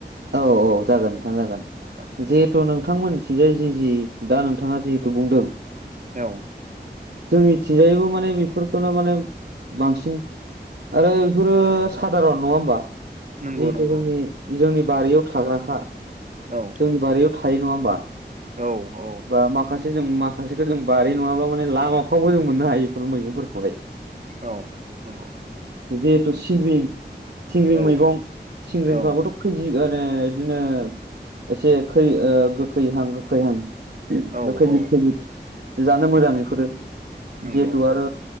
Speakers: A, on the right (about 75°); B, on the right (about 45°).
A: औ औ जागोन नोंथां जागोन
B: औ
A: जिहेथु नोंथांमोननिथिंजाय जि जि दा नोंथाङा जिहेथु बुंदों
B: औ
A: जोंनिथिंजायबो माने बेफोरखौनो माने बांसिन आरो बेफोरो सादारन नङा होमबा
B: नंगौ
A: जिहेथु
B: नंगौ
A: जोंनि जोंनि बारियाव थाग्राखा
B: औ
A: जोंनि बारियाव थायो नङा होनबा
B: औ औ
A: बा माखासे जों माखासेखौ जों बारि नङाब्लाबो माने लामाफ्रावबो जों मोननो हायो बेफोर मैगंफोरखौहाय
B: औ नंगौ
A: जिहेथु सिंग्रि सिंग्रि
B: औ
A: मैगं सिंग्रिफ्राबोथ'
B: औ
A: खैजिरानो इदिनो एसे खै गोखैहां गोखैहां
B: औ
A: खैजिब
B: औ
A: खैजिब जानो मोजां
B: औ
A: बेफोरो
B: नंगौ
A: जिहेथु आरो